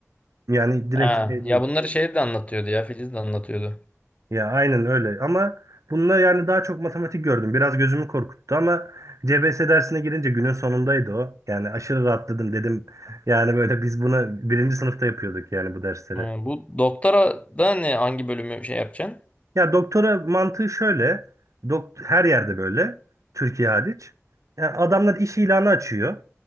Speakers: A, on the right (about 85°); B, on the left (about 25°).
A: Yani direkt
B: Ha, Yani
A: şey değil.
B: ya bunları şey de anlatıyordu ya Filiz de anlatıyordu.
A: Ya aynen öyle ama bununla yani daha çok matematik gördüm. Biraz gözümü korkuttu ama CBS dersine girince günün sonundaydı o. Yani aşırı rahatladım dedim. Yani böyle biz bunu birinci sınıfta yapıyorduk yani bu dersleri.
B: Ha, bu doktora da ne hangi bölümü şey yapacaksın?
A: Ya doktora mantığı şöyle. Dokt her yerde böyle. Türkiye hariç. Yani adamlar iş ilanı açıyor.